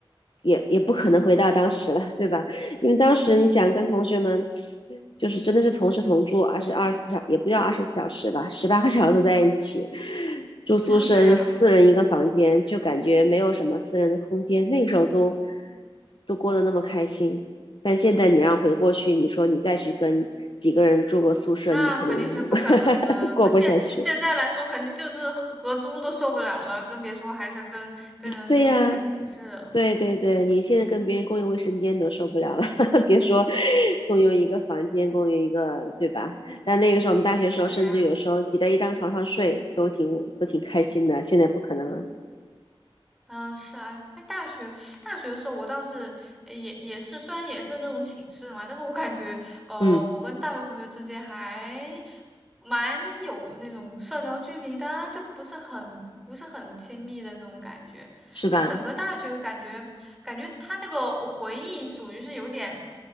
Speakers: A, on the left; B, in the centre.
A: 也也不可能回到当时了，对吧？因为当时你想跟同学们，就是真的是同吃同住，二十二十四小也不叫二十四小时吧，十八个小时都在一起，住宿舍是四人一个房间，
B: 那对呀，
A: 就感觉没有什么私人的空间。那个时候都都过得那么开心，但现在你让回过去，你说你再去跟几个人住个宿舍，
B: 那肯定是不可能的。
A: 你肯定 <laughs> 过不下去。
B: 那现现在来说，肯定就是合合租都受不了了，更别说还是跟跟人住这个寝室了。
A: 对呀。对对对，你现在跟别人共用卫生间都受不了了，<laughs> 别说共用一个房间，共用一个，对吧？但那个时候我们大学的时候，
B: 对呀。
A: 甚至有时候挤在一张床上睡，都挺都挺开心的。现在不可能了，
B: 嗯，是啊，在大学大学的时候，我倒是呃也也是，虽然也是那种寝室嘛，但是我感觉，呃，
A: 嗯，
B: 我跟大学同学之间还蛮有那种社交距离的啊就不是很不是很亲密的那种感觉。
A: 是吧？
B: 就整个大学感觉，感觉他这个回忆属于是有点，